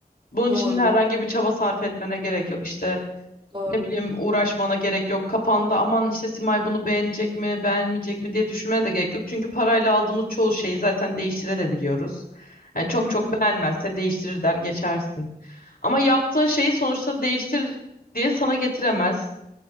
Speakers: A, on the left (about 65°); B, on the right (about 35°).
A: Bunun
B: Doğru,
A: için herhangi bir çaba sarf etmene gerek yok. İşte
B: doğru.
A: ne bileyim uğraşmana gerek yok. Kafanda aman işte Simay bunu beğenecek mi, beğenmeyecek mi diye düşünmene de gerek yok. Çünkü parayla aldığımız çoğu şeyi zaten değiştirebiliyoruz. Yani çok
B: Hı hı.
A: çok beğenmezse değiştirir der geçersin. Ama yaptığın şeyi sonuçta değiştir diye sana getiremez.